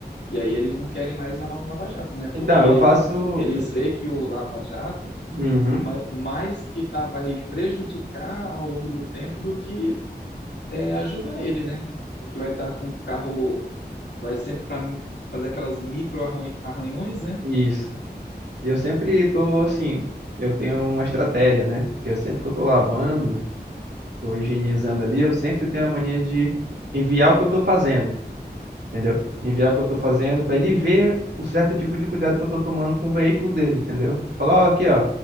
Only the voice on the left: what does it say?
E aí eles não querem mais lavar no Lava Jato, né?
Porque
eles veem que o Lava Jato
ma- mais que tá, vai prejudicar ao longo do tempo do que é, ajudar ele, né? Porque vai estar com o carro, vai sempre estar fazendo aquelas micro arran- arranhões, né?